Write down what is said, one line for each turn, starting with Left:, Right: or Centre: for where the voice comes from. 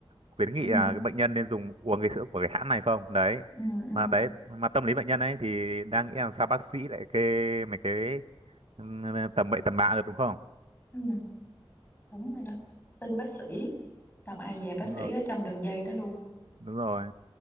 Right: khuyến nghị
Left: ừ,
Right: là cái bệnh nhân nên dùng uống cái sữa của cái hãng này không? Đấy.
Left: ừ, ừ,
Right: Mà đấy, mà tâm lý bệnh nhân ấy thì đang nghĩ là sao bác sĩ lại kê mấy cái ừ, tầm bậy tầm bạ được đúng không?
Left: ừ. đúng rồi đó tin bác sĩ xong ai về bác
Right: Đúng
Left: sĩ
Right: rồi,
Left: ở trong đường dây đó luôn
Right: đúng rồi.